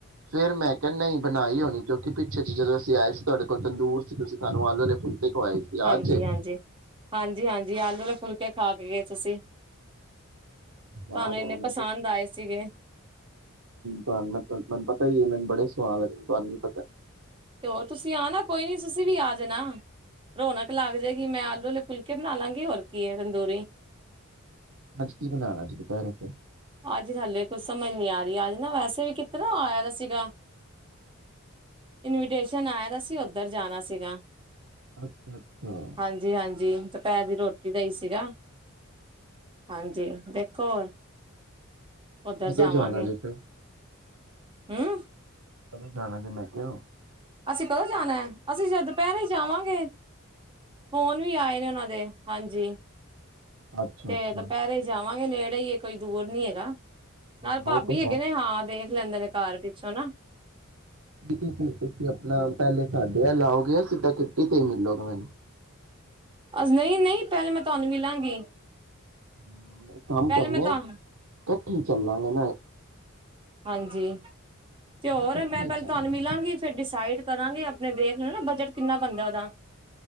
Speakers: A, on the right; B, on the right.
A: ਫੇਰ ਮੈਂ ਕਿਹਾ -ਨਹੀਂ ਬਣਾਈ ਹੋਣੀ, ਕਿਉਂਕਿ ਪਿੱਛੇ ਚ ਜਦੋਂ ਅਸੀਂ ਆਏ ਸੀ ਤੁਹਾਡੇ ਕੋਲ ਤੰਦੂਰ ਸੀ ਤੁਸੀਂ ਸਾਨੂੰ ਆਲੂ ਵਾਲੇ ਫੁਲਕੇ ਖਵਾਏ ਸੀ ਯਾਦ
B: ਹਾਂਜੀ-
A: ਜੇ
B: ਹਾਂਜੀ, ਹਾਂਜੀ -ਹਾਂਜੀ ਆਲੂ ਵਾਲੇ ਫੁੱਲਕੇ ਖਾ ਕੇ ਗਏ ਤੁਸੀਂ ਤੁਹਾਨੂੰ
A: ਯਾਦ
B: ਇੰਨੇ
A: ਆ ਗਿਆ ਮੈਨੂੰ
B: ਪਸੰਦ ਆਏ ਸੀਗੇ,
A: ਤਾਂ <unintelligible> ਤਾ ਮੈਨੂੰ ਬੜੇ ਸਵਾਦ ਲੱਗੇ। ਤੁਹਾਨੂੰ ਵੀ ਪਤਾ।
B: ਤੇ ਹੋਰ ਤੁਸੀਂ ਆ ਨਾ ਕੋਈ ਨੀ, ਤੁਸੀਂ ਵੀ ਆ ਜਾਣਾ। ਰੌਣਕ ਲੱਗ ਜਾਏਗੀ। ਮੈਂ ਆਲੂ ਵਾਲੇ ਫੁਲਕੇ ਬਣਾ ਲਾਂਗੀ, ਹੋਰ ਕੀ ਹੈ ਤੰਦੂਰੀ।
A: ਅੱਜ ਕੀ ਬਣਾਉਣਾ ਜੀ, ਦੁਪਹਿਰੇ ਫੇਰ।
B: ਅੱਜ ਹਾਲੇ ਕੁਛ ਸਮਝ ਨੀ ਆ ਰਹੀ, ਅੱਜ ਨਾ ਵੈਸੇ ਵੀ ਕਿਤਰ ਆਇਆ ਦਾ ਸੀਗਾ। ਇਨਵੀਟੇਸ਼ਨ ਆਇਆ ਦਾ ਸੀ ਉਧਰ ਜਾਣਾ ਸੀਗਾ।
A: ਅੱਛਾ ਅੱਛਾ
B: ਹਾਂਜੀ -ਹਾਂਜੀ ਦੁਪਹਿਰ ਦੀ ਰੋਟੀ ਦਾ ਹੀ ਸੀਗਾ। ਹਾਂਜੀ, ਦੇਖੋ। ਉੱਧਰ
A: ਕਦੋਂ
B: ਜਾਵਾਂਗੇ
A: ਜਾਣਾ ਜੇ ਫਿਰ
B: ਹੂੰ।
A: ਕ ਜਾਣਾ ਸੀ। ਮੈਂ ਕਿਉਂ
B: ਅਸੀਂ ਕਦੋਂ ਜਾਣਾ ਹੈ? ਅਸੀਂ ਸਾਇਦ ਦੁਪਹਿਰੇ ਜਾਵਾਂਗੇ। ਫੋਨ ਤੁਸੀ ਆਏ ਨੇ ਉਹਨਾਂ ਦੇ, ਹਾਂਜੀ।
A: ਅੱਛਾ
B: ਤੇ
A: ਅੱਛਾ
B: ਦੁਪਹਿਰੇ ਜਾਵਾ ਤਾਵੀ ਨੇੜੇ ਹੀ ਆ। ਕੋਈ ਦੂਰ ਨੀ ਹੈਗਾ, ਨਾਲ
A: ਹਾਂ
B: ਭਾਬੀ
A: ਉਹ ਤੇ
B: ਹੈਗੇ
A: ਹੈ
B: ਨੇ ਹਾਂ, ਦੇਖ ਲੈਂਦੇ ਨੇ ਘਰ ਪਿੱਛੋਂ ਹਨਾਂ।
A: ਕਿਤੇ ਤੁਸੀਂ ਆਪਣਾ ਪਹਿਲੇ ਸਾਡੇ ਵੱਲ ਆਉਗੇ, ਸਿੱਧਾ ਕਿੱਟੀ ਤੇ ਹੀ ਮਿਲੋਗੇ ਮੈਨੂੰ
B: ਨਹੀਂ- ਨਹੀਂ, ਪਹਿਲੇ ਮੈਂ ਤੁਹਾਨੂੰ ਮਿਲਾਂਗੀ।
A: ਹੂੰ। ਕੰਮ
B: ਪਹਿਲੇ
A: ਕਰਨੇ
B: ਮੈਂ ਤਾਂ
A: ਆ। ਇਕੱਠੇ ਚੱਲਾਂਗੇ ਨਾ।
B: ਹਾਂਜੀ। ਤੇ ਹੋਰ
A: ਨਾ ਇਕੱਠੇ
B: ਮੈਂ
A: ਹੀ
B: ਪਹਿਲਾ
A: ਚੱਲਣਾ
B: ਤੁਹਾਨੂੰ ਮਿਲਾਂਗੀ ਫੇਰ ਡਿਸਾਈਡ ਕਰਾਂਗੀ। <unintelligible> ਦੇਖ ਲੈਣ ਨਾ ਬਜਟ ਕਿੰਨਾ ਬਣਦਾ ਉਹਦਾ।